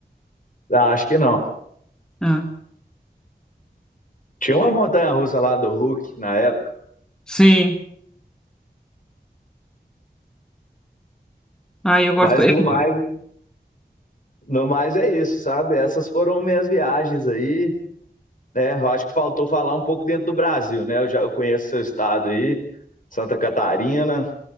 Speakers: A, on the left; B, in the centre.
A: Ah, acho que não.
B: Ah,
A: Tinha uma montanha russa lá do Hulk na época,
B: sim. Ah, eu gosto.
A: mas
B: Eu
A: no mais,
B: gosto.
A: no mais é isso, sabe? Essas foram minhas viagens aí, né? Eu acho que faltou falar um pouco dentro do Brasil, né? Eu já eu conheço seu estado aí, Santa Catarina,